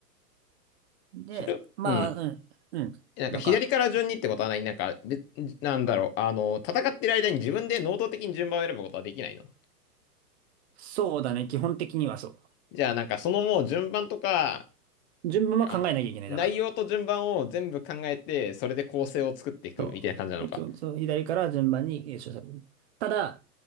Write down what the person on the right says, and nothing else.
で、
まあ、
うん、うん。
なんか、
そうだね。基本的にはそ
う。順番は考えなきゃいけない。
だから。
そう。で基本、その左から順番に詠唱される。ただ、